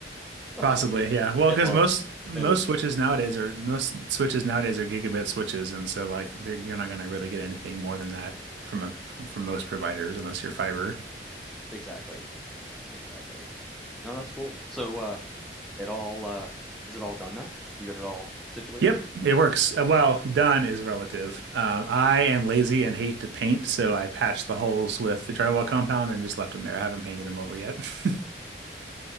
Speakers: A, on the right; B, in the centre.
A: Possibly,
B: It
A: yeah. Well,
B: it
A: because
B: well,
A: most most
B: it is here.
A: switches nowadays are most switches nowadays are gigabit switches, and so like they're- you're not gonna really get anything more than that from a from, from most providers unless you're fiber.
B: Exactly, exactly. No, that's cool. So, uh, it all, uh is it all done now? You got it all situated?
A: Yep, it works. Uh, Well, done is relative. Um, I am lazy and hate to paint, so I patched the holes with the drywall compound and just left them there. I haven't painted them over yet. <laughs>